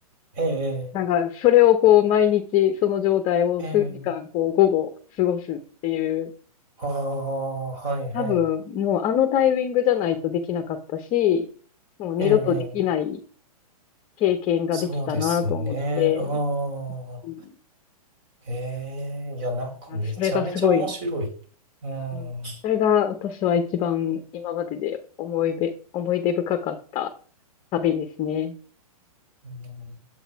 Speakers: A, on the right (about 40°); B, on the left (about 30°).
A: ええ、
B: なんか、それをこう、毎日、その状態を数時間、
A: ええ、ええ
B: こう、午後、過ごすっていう、
A: ああ、はいはい。
B: 多分、もうあのタイミングじゃないとできなかったし、もう二度とできない
A: ええ、
B: 経験ができたなと思って、
A: そうですね。ああ、
B: うん
A: ええ、いや、なんかめちゃめちゃ面白い。
B: それがすごい、
A: うん。
B: うんそれが私は一番今までで思い出、思い出深かった旅ですね。
A: うん